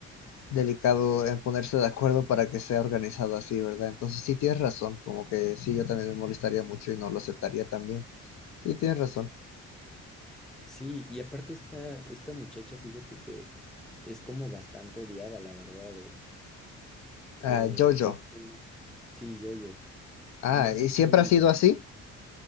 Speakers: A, on the left (about 65°); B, in the centre.
A: delicado en ponerse de acuerdo para que sea organizado así, ¿verdad? Entonces sí tienes razón, como que sí, yo también me molestaría mucho y no lo aceptaría también. Sí, tienes razón.
B: Sí, y aparte esta, esta muchacha, fíjate que es como bastante odiada, la verdad, eh.
A: Ah,
B: Eh,
A: Jojo.
B: no sé, sí, yo, yo,
A: Ah,
B: no sé
A: ¿y siempre
B: si,
A: ha sido así?